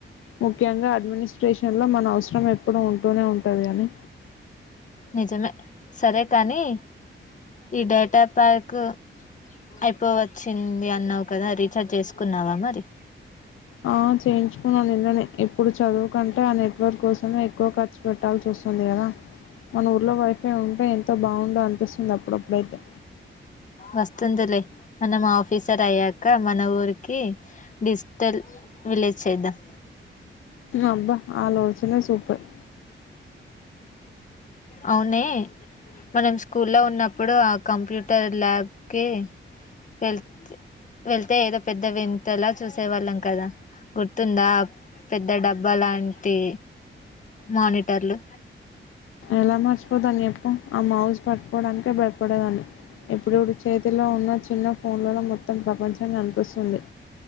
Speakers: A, on the left; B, on the left.
A: ముఖ్యంగా అడ్మినిస్ట్రేషన్ లో మన అవసరం ఎప్పుడు ఉంటూనే ఉంటది కానీ.
B: నిజమే సరే కానీ ఈ డేటా ప్యాక్ అయిపోవచ్చింది అన్నావు కదా రీఛార్జ్ చేసుకున్నావా మరి.
A: ఆ చేయించుకున్న నిన్ననే. ఇప్పుడు చదువు కంటే ఆ నెట్వర్క్ కోసమే ఎక్కువ ఖర్చు పెట్టాల్సి వస్తుంది కదా, మన ఊర్లో వైఫై ఉంటే ఎంతో బాగుండో అనిపిస్తుంది అప్పుడప్పుడైతే.
B: వస్తుందిలే మనం ఆఫీసర్ అయ్యాక మన ఊరికి డిజిటల్ విలేజ్ చేద్దాం.
A: అబ్బా ఆలోచన సూపర్.
B: అవునె మనం స్కూల్లో ఉన్నప్పుడు ఆ కంప్యూటర్ ల్యాబ్కి వె వెళ్తే ఏదో పెద్ద వింతలా చూసేవాళ్ళం కదా గుర్తుందా పెద్ద డబ్బా లాంటి మానిటర్లు.
A: ఎలా మర్చిపోతాం చెప్పు. ఆ మౌస్ పట్టుకోవడా ంటే భయపడేదాన్ని ఇప్పుడు చూడు చేతిలో ఉన్న చిన్న ఫోన్లలో మొత్తం ప్రపంచం కనిపిస్తుంది,